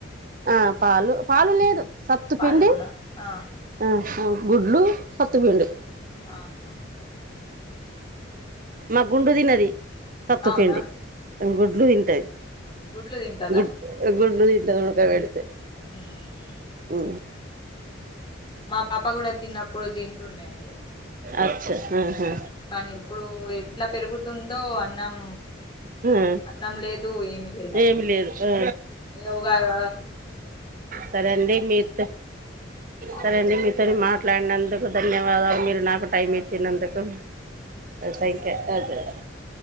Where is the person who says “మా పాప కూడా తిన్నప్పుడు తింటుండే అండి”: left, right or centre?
Left